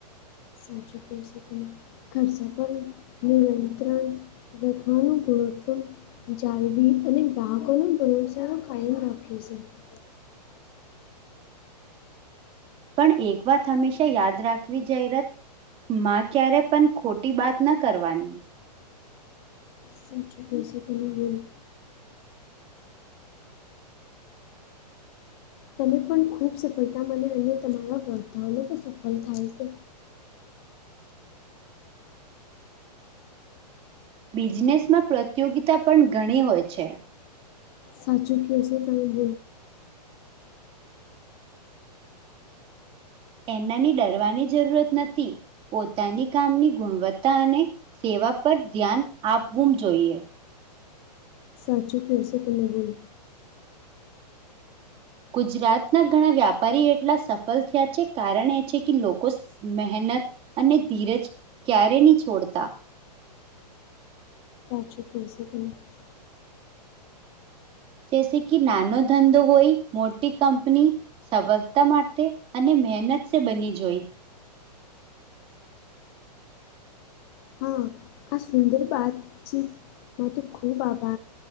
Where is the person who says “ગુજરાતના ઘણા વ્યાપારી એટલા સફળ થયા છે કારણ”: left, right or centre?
Right